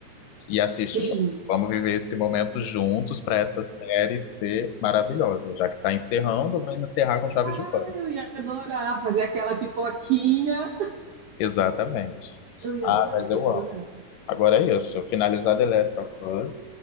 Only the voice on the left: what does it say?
e assiste
junto. Vamos viver esse momento juntos para essa série ser maravilhosa. Já que está encerrando, vamos encerrar com chave
de ouro.
Exatamente.
Ah,
mas
eu
amo. Agora é isso. Finalizar The Last of Us.